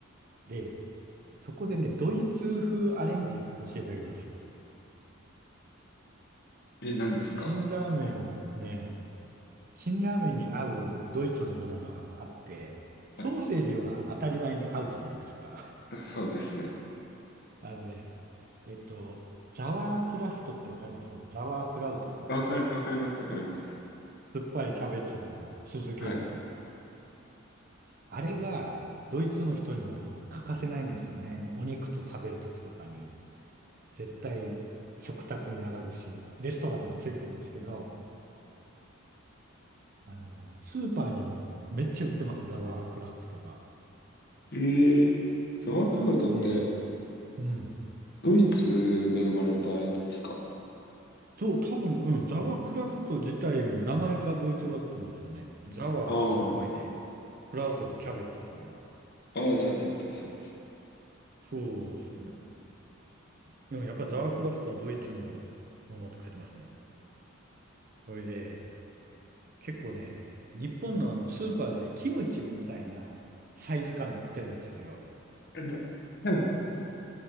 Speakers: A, on the right; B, on the left.
A: で、そこでね、ドイツ風アレンジを教えてあげます。
B: え、何ですか
A: 辛ラーメンをね、辛ラーメンに合うドイツのものがあって、
B: はい。
A: ソーセージは当たり前に合うじゃないですか。
B: あそうですね。
A: <laughs> あのね、えっと、ザワークラフトってわかりますザワークラウトかな
B: わかる、わかります、わかります。
A: 酸っぱいキャベツの酢漬けみたいな。
B: は
A: あれがドイツの人には欠かせないんですよね。お肉と食べるときとかに。絶対食卓に並ぶし、レストランでもついてくるんですけど、あの、スーパーにもめっちゃ売ってます、ザワークラフトが。
B: い。えーと、ワークアウトって、
A: で、うん。
B: ドイツで生まれたやつですか
A: そう、多分、うん、ザワークラフト自体も名前がドイツ語だと思うんですよね。ザワーが酸っぱいで、
B: あ
A: クラウトがキャベツでね。
B: あ、ああ、じゃあ絶対そうです。
A: そうですよね。でもやっぱザワークラフトはドイツのものって書いてますね。それで、結構ね、日本のあのスーパーでキムチみたいなサイズ感で売ってるんですよ。
B: <laughs> えでも、でも